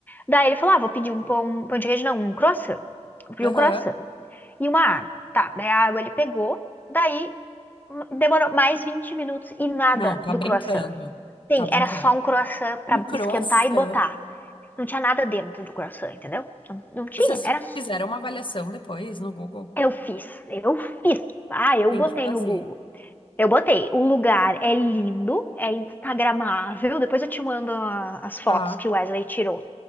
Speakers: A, on the left; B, on the left.
A: Daí ele falou, ah, vou pedir um pão, um pão de queijo, não, um croissant. Vou pedir
B: Aham.
A: um croissant e uma água. Tá, daí a água ele pegou, daí demorou mais 20 minutos e nada
B: Não, tá
A: do
B: brincando.
A: croissant. Sim,
B: Tá brincando.
A: era só um croissant pra
B: Um croissant.
A: esquentar e botar. Não tinha nada dentro do croissant, entendeu? Não, não tinha,
B: Vocês
A: era. s-
B: fizeram uma avaliação depois no Google?
A: Eu fiz, eu fiz. Ah, eu
B: Tem
A: botei
B: que fazer.
A: no Google. Eu botei. O lugar é lindo, é instagramável. Depois eu te mando a- as fotos
B: Tá.
A: que o Wesley tirou.